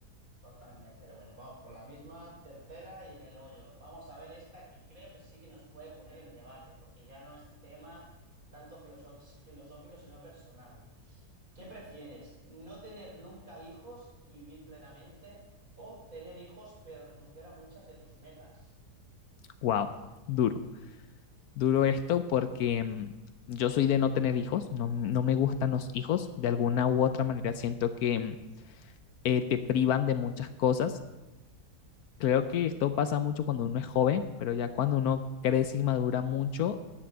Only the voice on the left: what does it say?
Wow, duro. Duro esto porque mm, yo soy de no tener hijos, no, no me gustan los hijos, de alguna u otra manera siento que mm, eh, te privan de muchas cosas. Creo que esto pasa mucho cuando uno es joven, pero ya cuando uno crece y madura mucho,